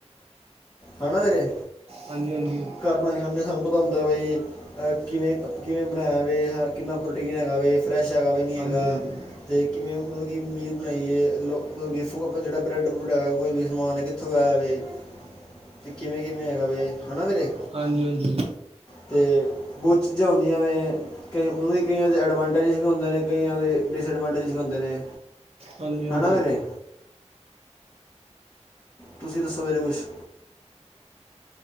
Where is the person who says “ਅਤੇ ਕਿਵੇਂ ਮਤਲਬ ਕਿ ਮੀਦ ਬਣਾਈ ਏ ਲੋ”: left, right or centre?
Left